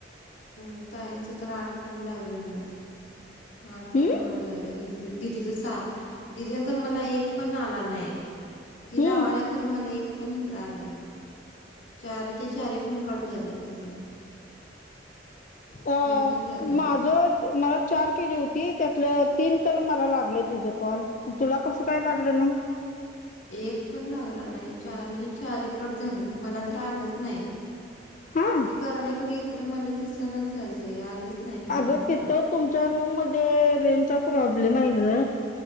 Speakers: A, on the left (about 90°); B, on the left (about 40°).
A: हं ताईंचा तर आठ फोन लागल नाहीत. आठ
B: हम्म
A: फोन कट झाल दीदींचेच. दिदीच सहा, दीदींचा तर मला एक पण आला नाय. ती
B: हम्म
A: लावल्यात खरं मला एक पण इकडं आला नाय. चारिचे चारी फोन कट झालेत तिच
B: अ
A: पण झालंय.
B: माझं मला चार केली होती. त्यातलं तीन तर मला लागलं तिझ कॉल, पण तुला कसं काय लागलं नाय.
A: एक पण लागला नाय. चारीच्या चारी कट झाल्यात. मला तर आलाच नाय.
B: हा
A: ती करायला खर, इकडे मला दिसनाच झालते, आलंच नाही मला
B: अगं
A: हे.
B: तिथं तुमच्या रूम मध्ये रेंनचा प्रॉब्लेम हाय ग